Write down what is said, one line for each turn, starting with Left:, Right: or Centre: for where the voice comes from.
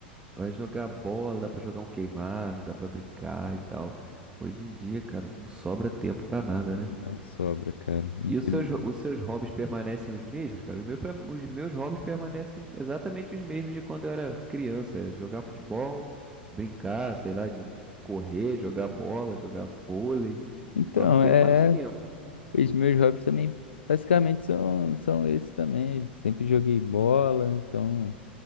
Right: vai jogar bola, dá pra jogar um queimado, dá pra brincar e tal. Hoje em dia, cara, não sobra tempo pra nada, né?
Left: Não sobra, cara. Infeliz.
Right: E os seus, os seus hobbies permanecem os mesmos, cara? Os meus, pra- os meus hobbies permanecem exatamente os mesmos de quando eu era criança. é jogar futebol, brincar, sei lá, de, de correr, jogar bola, jogar vôlei.
Left: Então,
Right: Só não tenho
Left: é.
Right: mais tempo.
Left: Os meus hobbies também, basicamente, são, são esses também. Sempre joguei bola, então.